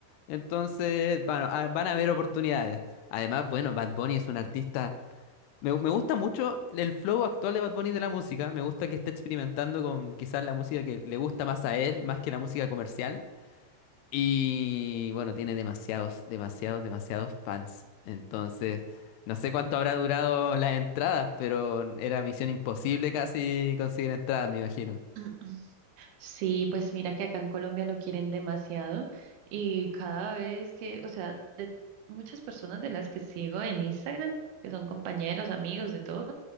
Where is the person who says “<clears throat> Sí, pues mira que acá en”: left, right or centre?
Right